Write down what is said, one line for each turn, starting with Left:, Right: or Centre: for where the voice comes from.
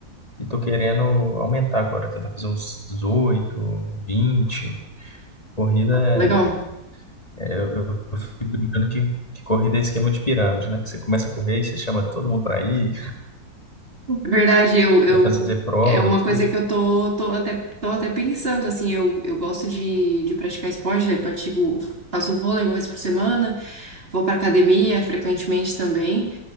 Left: E tô querendo aumentar agora, tentar fazer uns 18, 20. Corrida
Right: Legal.
Left: é. é, eu, eu- eu fico brincando que, que corrida é esquema de pirâmide, né? Que você começa a correr e você chama todo mundo pra ir,
Right: Verdade, eu, eu,
Left: quer fazer prova,
Right: é uma
Left: tudo.
Right: coisa que eu tô, tô até, tô até pensando, assim, eu, eu gosto de, de praticar esporte, né? Pratico, faço vôlei uma vez por semana. Vou pra academia frequentemente também,